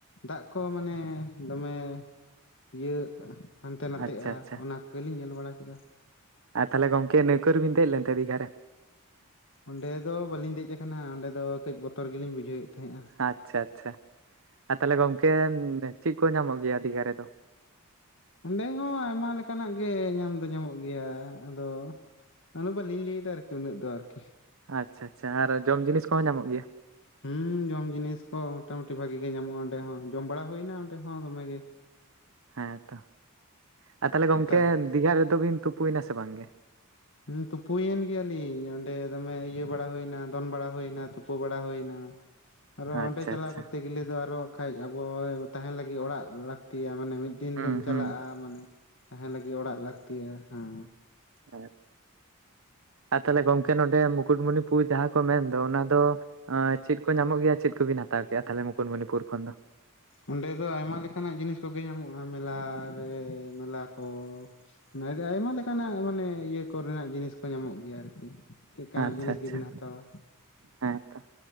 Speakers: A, on the left; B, on the right.
A: ᱫᱟᱜ ᱠᱚ ᱢᱟᱱᱮ ᱫᱚᱢᱮ᱾ ᱤᱭᱟᱹᱜ ᱦᱟᱱᱛᱮ ᱱᱟᱛᱮ-ᱟ
B: ᱟᱪᱪᱷᱟ ᱟᱪᱪᱷᱟ
A: ᱚᱱᱟ ᱠᱚᱜᱮ ᱞᱤᱧ ᱧᱮᱞ ᱵᱟᱲᱟ ᱠᱮᱫᱟ᱾
B: ᱟᱨ ᱛᱟᱦᱚᱞᱮ ᱜᱚᱢᱠᱮ ᱱᱟᱹᱣᱠᱟᱹ ᱨᱮᱵᱤᱱ ᱫᱮᱡ ᱞᱮᱱ ᱛᱮ ᱫᱤᱜᱷᱟ ᱨᱮ᱾
A: ᱚᱸᱰᱮ ᱫᱚ ᱵᱟᱹᱞᱤᱧ ᱫᱮᱡ ᱟᱠᱟᱱᱟ ᱚᱸᱰᱮ ᱫᱚ ᱠᱟᱹᱡ ᱵᱚᱛᱚᱨ ᱜᱮᱞᱤᱧ ᱵᱩᱡᱷᱟᱹᱣᱮᱫ ᱛᱟᱦᱮᱸᱜᱼᱟ᱾
B: ᱟᱪᱪᱷᱟ ᱟᱪᱪᱷᱟ ᱟᱨ ᱛᱟᱦᱚᱞᱮ ᱜᱚᱝᱠᱮ ᱪᱮᱫ ᱠᱚ ᱧᱟᱢᱚᱜ ᱜᱮᱭᱟ ᱫᱤᱜᱷᱟ ᱨᱮᱫᱚ᱾
A: ᱚᱸᱰᱮ ᱦᱚᱸ ᱟᱭᱢᱟ ᱞᱮᱠᱟᱱᱟᱜ ᱜᱮ ᱧᱟᱢ ᱫᱚ ᱧᱟᱢᱚᱜ ᱜᱮᱭᱟ ᱟᱫᱚ᱾ ᱟᱫ ᱵᱟᱹᱞᱤᱧ ᱞᱟᱹᱭ ᱮᱫᱟ ᱟᱨᱠᱤ ᱩᱱᱟᱹᱜ ᱫᱚ ᱟᱨᱠᱤ᱾
B: ᱟᱪᱪᱷᱟ ᱟᱪᱪᱷᱟ ᱟᱨ ᱡᱚᱢ ᱡᱤᱱᱤᱥ ᱠᱚᱦᱚᱸ ᱧᱟᱢᱚᱜ ᱜᱮᱭᱟ?
A: ᱦᱩᱸ ᱡᱚᱢ ᱡᱤᱱᱤᱥ ᱠᱚ ᱢᱚᱴᱟ ᱢᱩᱴᱤ ᱵᱷᱟᱜᱤ ᱜᱮ ᱧᱟᱢᱚᱜᱼᱟ ᱚᱸᱰᱮ ᱦᱚᱸ ᱡᱚᱢ ᱵᱟᱲᱟ ᱦᱩᱭᱮᱱᱟ ᱚᱸᱰᱮ ᱦᱚᱸ ᱫᱚᱢᱮ ᱜᱮ᱾
B: ᱦᱮᱸ ᱛᱚ ᱟᱨ ᱛᱟᱦᱚᱞᱮ ᱜᱚᱝᱠᱮ
A: ᱚᱴᱟ
B: ᱫᱤᱜᱷᱟ ᱨᱮᱫᱚ ᱵᱤᱱ ᱛᱩᱯᱩᱭᱱᱟ ᱥᱮ ᱵᱟᱝ ᱜᱮ᱾
A: ᱦᱩᱸ ᱛᱩᱯᱩᱭᱮᱱ ᱜᱮᱭᱟᱞᱤᱧ ᱚᱸᱰᱮ ᱫᱚᱢᱮ ᱤᱭᱟᱹ ᱵᱟᱲᱟ ᱦᱩᱭ ᱮᱱᱟ ᱫᱚᱱ ᱵᱟᱲᱟ ᱦᱩᱭ ᱮᱱᱟ ᱛᱩᱯᱩ ᱵᱟᱲᱟ ᱦᱩᱭ ᱮᱱᱟ᱾ <unintelligible> ᱟᱨᱚ
B: ᱟᱪᱪᱷᱟ
A: ᱚᱸᱰᱮ ᱪᱟᱞᱟᱣ
B: ᱟᱪᱪᱷᱟ
A: ᱠᱚᱨᱛᱮ ᱜᱮᱞᱮ ᱫᱚ ᱟᱨᱚ ᱦᱟᱜ ᱠᱷᱟᱡ ᱟᱵᱚ ᱛᱟᱦᱮᱱ ᱞᱟᱹᱜᱤᱫ ᱚᱲᱟᱜ ᱞᱟᱹᱠᱛᱤᱭᱟ ᱢᱟᱱᱮ ᱢᱤᱫ᱾ ᱫᱤᱱ
B: ᱦᱩᱸ
A: ᱫᱚᱢ ᱪᱟᱞᱟᱜᱼᱟ
B: ᱦᱩᱸ
A: ᱢᱟᱱᱮ ᱛᱟᱦᱮᱱ ᱞᱟᱹᱜᱤᱫ ᱚᱲᱟᱜ ᱞᱟᱹᱠᱛᱤᱭᱟ ᱦᱮᱸ᱾
B: ᱦᱮ ᱟᱨ ᱛᱟᱦᱞᱮ ᱜᱚᱝᱠᱮ ᱱᱚᱰᱮ ᱢᱩᱠᱩᱴᱢᱩᱱᱤᱯᱩᱨᱩ ᱡᱟᱦᱟᱸ ᱠᱚ ᱢᱮᱱ ᱫᱚ ᱚᱱᱟ ᱫᱚ᱾ ᱪᱮᱫ ᱠᱚ ᱧᱟᱢᱚᱜ ᱜᱮᱭᱟ ᱪᱮᱫ ᱠᱚᱵᱤᱱ ᱦᱟᱛᱟᱣ ᱠᱮᱫᱮᱜᱼᱟ ᱛᱟᱦᱞᱮ ᱢᱩᱠᱩᱴᱢᱩᱱᱤᱯᱩᱨ ᱠᱷᱚᱱ ᱫᱚ?
A: ᱚᱸᱰᱮ ᱫᱚ ᱟᱭᱢᱟ ᱞᱮᱠᱟᱱᱟᱜ ᱡᱤᱱᱤᱥ ᱠᱚᱜᱮ ᱧᱟᱢᱚᱜᱼᱟ ᱢᱮᱞᱟ ᱨᱮ ᱢᱮᱞᱟ ᱠᱚ᱾ <inaudible> ᱟᱭᱢᱟ ᱞᱮᱠᱟᱱᱟᱜ ᱢᱟᱱᱮ ᱤᱭᱟᱹ ᱠᱚᱨᱮᱱᱟᱜ ᱡᱤᱱᱤᱥ ᱠᱚ ᱧᱟᱢᱚᱜ ᱜᱮᱭᱟ ᱟᱨᱠᱤ᱾ ᱪᱮᱫᱠᱟ ᱱᱟᱜ
B: ᱟᱪᱪᱷᱟ
A: ᱡᱤᱱᱤᱥ
B: ᱟᱪᱪᱷᱟ
A: ᱜᱮᱵᱤᱱ ᱦᱟᱛᱟᱣᱟ᱾
B: ᱦᱮᱸ ᱛᱚ